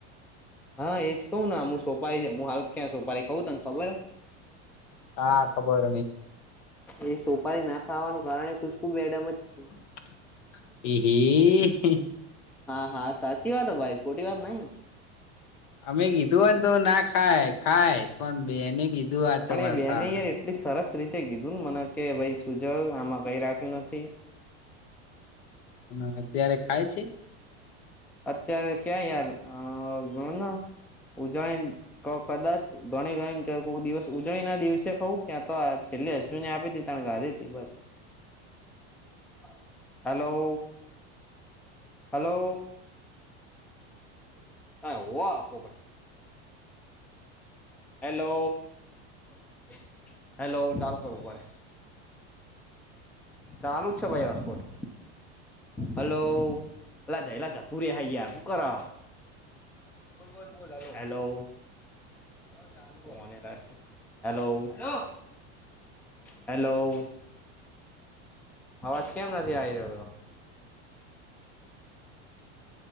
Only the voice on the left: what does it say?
હા, ખબર‌.
<unintelligible>
અમે કીધું હોય ને તો ના ખાય. ખાય પણ, બેને કીધું. આ તો
પાછા
અને અત્યારે ખાય છે?